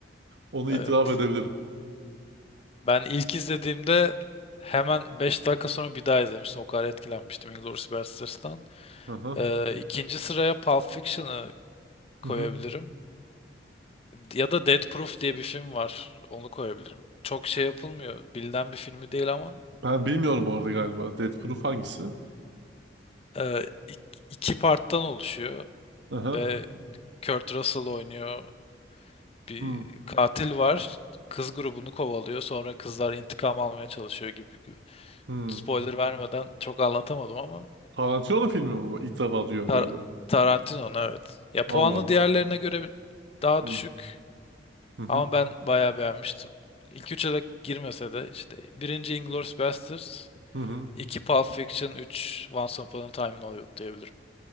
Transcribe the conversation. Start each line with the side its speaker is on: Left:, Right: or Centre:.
Right: Onu
Left: Evet.
Right: itiraf edebilirim.
Left: Ben ilk izlediğimde hemen 5 dakika sonra bir daha izlemiştim. O kadar etkilenmiştim Inglourious Basterds'tan.
Right: Hı hı.
Left: Ee, ikinci sıraya Pulp Fiction'ı koyabilirim.
Right: Hı hı.
Left: Ya da Death Proof diye bir film var. Onu koyabilirim. Çok şey yapılmıyor. Bilinen bir filmi değil ama
Right: Ben bilmiyorum bu arada galiba. Death Proof hangisi?
Left: e, ik- iki parttan oluşuyor
Right: Hı hı.
Left: ve Kurt Russell oynuyor. Bir
Right: Hmm.
Left: katil var. Kız grubunu kovalıyor. Sonra kızlar intikam almaya çalışıyor gibi gibi.
Right: Hmm.
Left: Spoiler vermeden çok anlatamadım ama
Right: Tarantino filmi mi bu? İlk defa duyuyorum
Left: Tar
Right: galiba.
Left: Tarantino'nun evet. Ya puanlı
Right: Allah Allah.
Left: diğerlerine göre bir- daha
Right: Hı.
Left: düşük.
Right: Hı hı.
Left: Ama ben bayağı beğenmiştim. İlk üçe de girmese de işte birinci Inglourious Basterds,
Right: Hı hı.
Left: iki Pulp Fiction, üç Once Upon a Time in Hollywood diyebilirim.